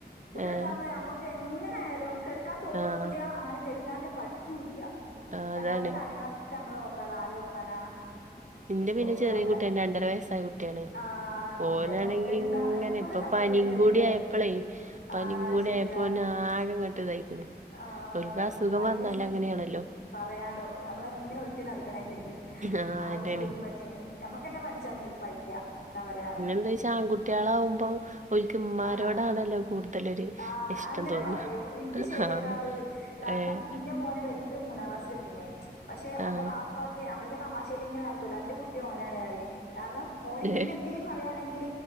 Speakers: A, on the left (about 70°); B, on the right (about 45°).
A: കുട്ടികളുണ്ടാമ്മ
B: ഏഹ്
A: അമ്മുക്ക് എങ്ങനെ ആയാലും കെടക്കാൻ തോന്നൂല്ല്യ
B: ആഹ്
A: അങ്ങനെ കെടക്കാന്റ് പറ്റൂല്ല്യ
B: ആഹ്
A: കാരണം
B: അതാണ്
A: അവടെ കാര്യങ്ങളൊക്കെ നമ്മള് നോക്കാതെ ആര് നോക്കാനാ
B: ഇന്റെ
A: അപ്പൊ
B: പിന്നെ
A: ഒരാ
B: ചെറിയ കുട്ടിയ രണ്ടര വയസ്സായ കുട്ടിയാണ്
A: ആഹ്
B: ഓനാണെങ്കി
A: പിന്നെ നോക്കണ്ട
B: ഇങ്ങ
A: എപ്പഴും
B: നെ ഇപ്പ
A: നമ്മളെ
B: പനിയും
A: മേത്തന്നേക്കാരം
B: കൂടി ആയപ്പളെ പനിം
A: ആഹ്
B: കൂടി
A: ശരിയാ
B: ആയപ്പോ ഓന് ആകെ ങ്ങട്ട്തായിക്കണ്
A: ആഹ്
B: ഓൽക്കസുഖം
A: പനി
B: വന്നാലങ്ങനെയാണല്ലോ
A: പറയാണ്ടോ നമ്മളങ്ങനെ ഒട്ടിക്കണായിട്ടൊക്ക്‌
B: ആഹ് അതന്നെ
A: ചൂടും പറ്റി ഇങ്ങനെ നമുക്ക്ന്നെ പനിച്ചാനെ വയ്യ അവരാ
B: എന്തയ്ച്ച ആൺകുട്ടികളാവകുമ്പോ ഒരിക്ക്‌ മ്മാമാരോടാണല്ലോ
A: ആഹ്
B: കൂടുതലൊരു
A: ആഹ്
B: ഇഷ്ടം
A: അങ്ങനെ
B: തോന്ന
A: പറയു ഇനിക്ക്
B: ആഹ്
A: ശരിയടാ കാരണം
B: ഏഹ്
A: ഇന്റെ മോന് വെൽ മൂന്നാം ക്ലാസ് ക്ക്‌ണ് പക്ഷെ ഒന്റെ
B: ആഹ്
A: വാപ്പ നമ്മളക്ക് തമാശേയിലൽ ഇങ്ങനെ ആക്കല്ലോ എന്റെ കുട്ടി ഓനാണ് പറയും കാരണം ഓന
B: ഏഹ്
A: ഇന്നെന്തേ പറയാണെങ്കിൽ